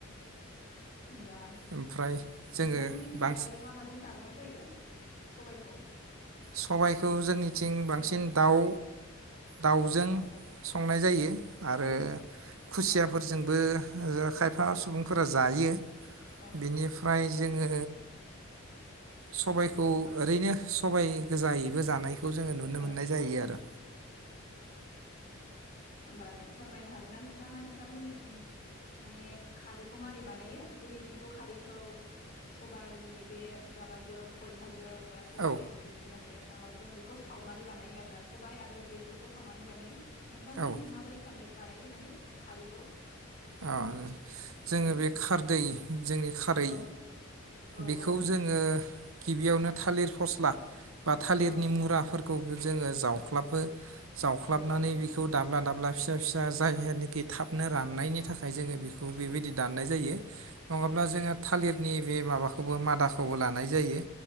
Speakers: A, on the left (about 45°); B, on the right (about 75°).
A: होमबा
B: ओमफ्राय जोङो
A: नोंथांमोननिथिं
B: बांसिन
A: आरो मा माजों जाबावनाय जायो सबायखौ
B: सबायखौ जोंनिथिं बांसिन
A: औ
B: दाउ दाउजों
A: औ
B: संनाय जायो आरो खुसियाफोरजोंबो
A: औ
B: खायफा सुबुंफोरा जायो यो
A: औ
B: बिनिफ्राय जोङो सबायखौ ओरैनो सबाय गोजायैबो जानायखौ जोङो नुनो
A: औ
B: मोननाय जायो आरो
A: होमबानो फोरमायनो हागोन ना नोंथाङा नोंथांमोननिथिं माने खारैखौ मारै बानायो जोंनिथिंथ खारैखौ सबायाइनि बे माबाजों खलथाजों एबा सबायाइनि
B: औ
A: <unintelligible> माबा जों बेखौ सावनानै बानायो आरोना सबायाइ आरो बेसरखौ सावनानै बानायो नोंथांमोननिथिं
B: औ
A: माबोरै खालायो बानायो माने खारैखौ
B: ओ जोङो
A: उम
B: बे खारदै जोंनि खारै
A: औ औ
B: बेखौ
A: औ
B: जोङो गिबियावनो थालिर फस्ला बा थालिरनि
A: औ
B: मुराफोरखौबो
A: औ
B: जोङो जावख्लाबबो
A: औ औ
B: जावख्लाबनानै
A: औ औ
B: बेखौ दाब्ला दाब्ला फिसा फिसा जायनाखि थाबनो राननायनि थाखाय जोङो बेखौ बेबायदि दान्नाय जायो नङाब्ला जोङो थालिरनि बे माबाखौबो मादाखौबो लानाय जायो